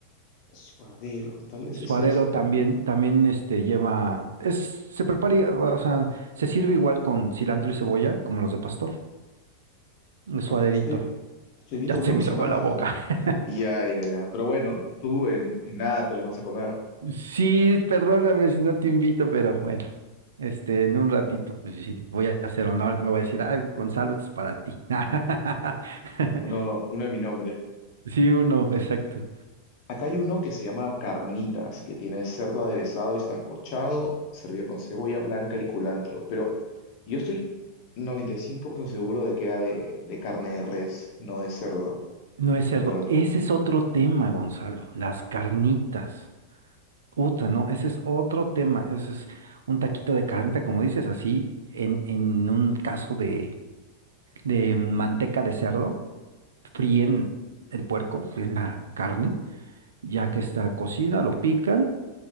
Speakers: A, on the left; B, on the right.
A: suadero, tal vez
B: Suadero
A: es ese.
B: también, también este lleva, es, se prepara, i- o sea, se sirve igual con cilantro y cebolla como los de pastor. El suaderito.
A: Porque estoy, estoy viendo
B: Ya se
A: uno
B: me
A: que
B: hizo
A: se
B: agua
A: llama...
B: la boca. <laughs>
A: Ya, ya, ya. Pero bueno, tú en, en nada te los vas a comer.
B: Sí, perdóname si no te invito, pero bueno, este, en un ratito, pues sí, voy a hacer honor, me voy a decir, ah, Gonzalo, esto es para ti. <laughs>
A: Uno, uno de mi nombre.
B: Sí, uno, exacto.
A: Acá hay uno que se llama carnitas, que tiene cerdo aderezado y sancochado, servido con cebolla blanca y culantro. Pero Yo estoy 95% seguro de que era de, de carne de res, no de cerdo,
B: No es cerdo.
A: pero
B: Ese es otro tema, Gonzalo, las carnitas. Uta, no, ese es otro tema, ese es un taquito de carnita, como dices, así, en, en un caso de, de manteca de cerdo, fríen el puerco, fríen la carne, ya que está cocida, lo pican,